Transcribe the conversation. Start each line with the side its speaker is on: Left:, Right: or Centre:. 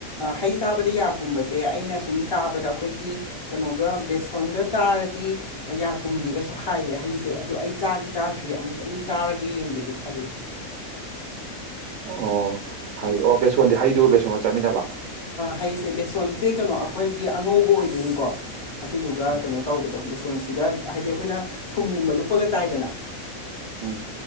Left: ꯍꯩ ꯆꯥꯕꯗ ꯌꯥꯒꯨꯝꯕꯁꯦ ꯑꯩꯅ ꯁꯨꯝꯠ ꯇꯥꯕꯗ ꯑꯩꯈꯣꯏꯒꯤ ꯀꯩꯅꯣꯒ ꯕꯦꯁꯣꯟꯒ ꯆꯥꯔꯗꯤ ꯌꯥ ꯀꯨꯝꯗꯦꯒꯁꯨ ꯍꯥꯏꯌꯦ ꯍꯩꯁꯦ ꯑꯗ ꯑꯩ ꯆꯥꯗꯤ ꯆꯥꯗ꯭ꯔꯤ ꯑꯃꯨꯛꯇꯪꯗꯤ ꯆꯥꯔꯒ ꯌꯦꯡꯒꯦꯗꯤ ꯈꯜꯂꯦ
Right: ꯑꯣ ꯍꯥꯏꯕꯗꯤ ꯑꯣ ꯕꯦꯁꯣꯟꯗꯤ ꯍꯩꯗꯨꯒ ꯕꯦꯁꯣꯟꯒ ꯆꯠꯃꯤꯟꯅꯕ
Left: ꯍꯥꯏꯁꯦ ꯕꯦꯁꯣꯟꯁꯦ ꯀꯩꯅꯣ ꯑꯩꯈꯣꯏꯒꯤ ꯑꯉꯧꯕ ꯑꯣꯏꯗꯣꯏꯅꯤꯀꯣ ꯑꯗꯨꯗꯨꯒ
Right: ꯎꯝ
Left: ꯀꯩꯅꯣ ꯇꯧꯕꯗꯣ ꯕꯦꯁꯣꯟꯁꯤꯒ ꯍꯥꯏꯗꯤ ꯑꯩꯈꯣꯏꯅ ꯊꯨꯝꯒꯨꯝꯕ ꯂꯨꯞꯄꯒ ꯆꯥꯏꯗꯅ
Right: ꯎꯝ